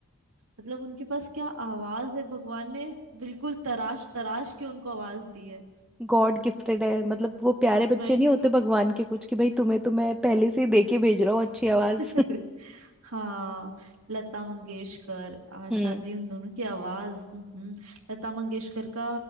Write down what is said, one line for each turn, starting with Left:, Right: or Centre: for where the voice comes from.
Right: मतलब उनके पास क्या आवाज है भगवान ने बिल्कुल तराश तराश के उनको आवाज दी है
Centre: गॉड गिफ्टेड है मतलब वो प्यारे
Right: वही
Centre: बच्चे नहीं होते
Right: तो
Centre: भगवान के कुछ कि भाई तुम्हें तो मैं पहले से ही दे के भेज रहा हूँ अच्छी
Right: <laughs>
Centre: आवाज
Right: हाँ लता मंगेशकर आशा
Centre: <laughs> हम्म
Right: जी उन दोनों की आवाज हम्म लता मंगेशकर का